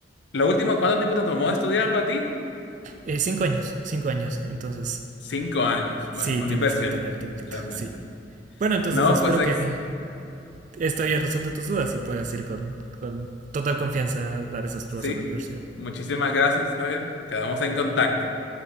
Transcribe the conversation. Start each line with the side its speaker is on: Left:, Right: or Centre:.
Left: lo último, ¿cuánto tiempo te tomó estudiarlo a ti?
Right: Eh, cinco años, cinco años, entonces
Left: Cinco años.
Right: sí
Left: Bueno, una
Right: tienes
Left: inversión,
Right: que tener tiempito,
Left: realmente.
Right: sí. Bueno, entonces
Left: No,
Right: espero
Left: pues ex-
Right: que esto haya resuelto tus dudas y puedas ir con, con total confianza a dar esas pruebas
Left: sí,
Right: en la universidad.
Left: muchísimas gracias, Javier. Quedamos en contacto.